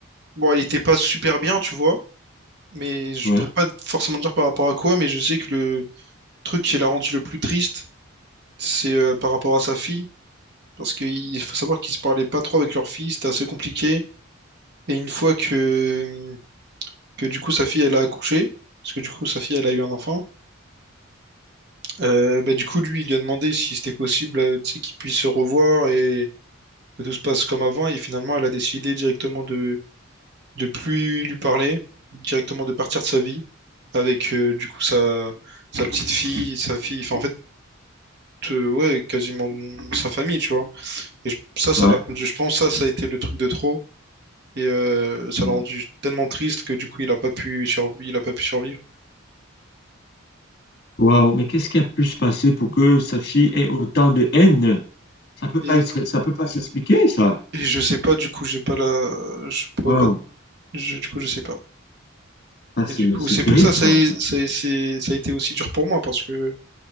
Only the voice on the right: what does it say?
Bon, il était pas super bien, tu vois. Mais je
pourrais pas forcément dire par rapport à quoi, mais je sais que le truc qui l'a rendu le plus triste, c'est euh, par rapport à sa fille. Parce qu'il faut savoir qu'ils se parlaient pas trop avec leur fille, c'était assez compliqué. Et une fois que, que du coup sa fille elle a accouché, parce que du coup sa fille elle a eu un enfant, euh, bah, du coup lui il lui a demandé si c'était possible euh, tu sais, qu'ils puissent se revoir et que tout se passe comme avant. Et finalement elle a décidé directement de, de plus lui parler, directement de partir de sa vie avec euh, du coup sa, sa petite fille, sa fille, enfin en fait, euh, ouais, quasiment sa famille, tu vois. Et je- ça, ça
l'a rendu, je pense, ça, ça a été le truc de trop. Et euh, ça
l'a rendu tellement triste que du coup, il a pas pu surv- il a pas pu survivre.
Et,
et je sais pas, du coup, j'ai pas la, je pourrais
pas, je- du coup, je sais pas.
Et du coup,
c'est
pour ça, ça,
est- ça, est- c'est- ça a été aussi dur pour moi parce que